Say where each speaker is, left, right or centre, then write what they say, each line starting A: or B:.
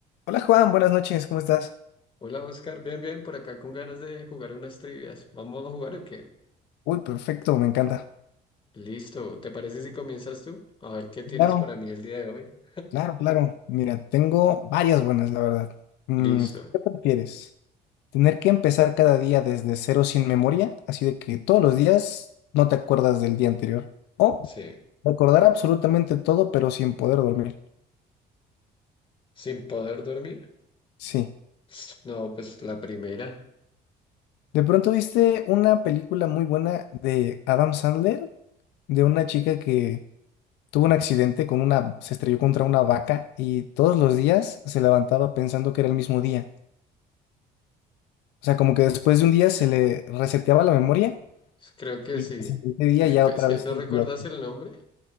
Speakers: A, on the left; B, on the left.
A: Hola Juan, buenas noches, ¿cómo estás?
B: Hola Oscar, bien, bien, por acá con ganas de jugar unas trivias. ¿Vamos a jugar o qué?
A: Uy, perfecto, me encanta.
B: Listo, ¿te parece si comienzas tú? A ver qué tienes
A: Claro,
B: para mí el día de hoy.
A: claro, claro. Mira, tengo varias buenas, la verdad. Mm,
B: Listo,
A: ¿qué prefieres? ¿Tener que empezar cada día desde cero sin memoria? Así de que todos los días no te acuerdas del día anterior. ¿O
B: sí.
A: recordar absolutamente todo pero sin poder dormir?
B: ¿Sin poder dormir?
A: Sí.
B: <sniffs> No, pues la primera.
A: De pronto viste una película muy buena de Adam Sandler, de una chica que Tuvo un accidente con una, se estrelló contra una vaca y todos los días se levantaba pensando que era el mismo día. O sea, como que después de un día se le reseteaba la memoria
B: Creo que
A: y el
B: sí.
A: siguiente día
B: Eh,
A: ya
B: cu-
A: otra
B: Es que
A: vez
B: no
A: sentía
B: recuerdas
A: que...
B: el nombre.